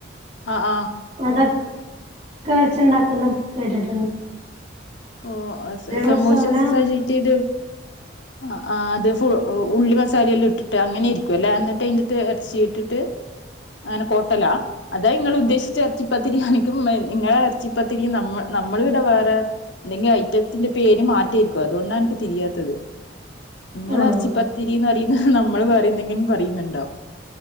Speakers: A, on the left (about 75°); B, on the right (about 40°).
A: ആഹ് ആഹ്
B: അതെ ക്കെ വെച്ച്ണ്ടാക്കുംന്ന് കേട്ട്ട്ട്
A: ഓഹ് അസ് സമോശ
B: മസാല
A: സ് സജി ഇത് ആഹ് ആഹ് അത് ഫു ഉള്ളി മസാലെയെല്ലാം ഇട്ട് ട്ട് അങ്ങെനെ ഇരിക്കുവല്ലേ എന്നിട്ട് അയ്ന്റത്ത് എർച്ചി ഇട്ടിട്ട് അങ്ങെനെ കോട്ടലാ അതാ ഇങ്ങെള് ഉദ്ദേശിച്ച എർച്ചിപ്പത്തിരി ൻക്കും ഇങ്ങെളെ എർച്ചിപ്പത്തിരിയും നമ്മ നമ്മളിവ്ടെ വേറേ എന്തെങ്കി ഐറ്റത്തിന്റെ പേര് മാറ്റായ്ര്ക്കോ അതുകൊണ്ടാ അൻക്ക് തിരിയാത്തെത് ഇങ്ങെള്
B: ആഹ്
A: എർച്ചിപ്പത്തിരീന്ന് പറയ്ന്ന നമ്മെൾ വേറെയെന്തെങ്കിലും പറയ്ന്ന്ണ്ടാവും